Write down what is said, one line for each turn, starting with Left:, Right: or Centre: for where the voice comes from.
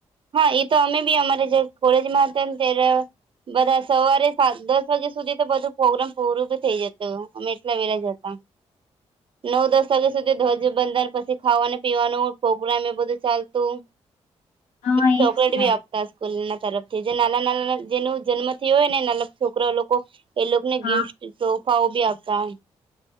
Right: હા, એ તો અમે બી અમારે જે કોલેજમાં હતા ને ત્યારે બધા સવારે સાત દસ વાગ્યા સુધી તો બધું પ્રોગ્રામ પૂરું બી થઈ જતું. અમે એટલા વહેલા જતા. નવ-દસ વાગ્યા સુધી ધ્વજ બંધન પછી ખાવાનું-પીવાનું પ્રોગ્રામ એ બધું ચાલતું.
Left: હા એજ
Right: ચોકલેટ
Left: ને
Right: ભી આપતા સ્કૂલમાં. તરફથી, જે નાના નાના જેનો જન્મ થી હોય ને નાના છોકરા લોકો. એ લોકોને
Left: હા
Right: ગિફ્ટ તો. પાવ ભી આપતા.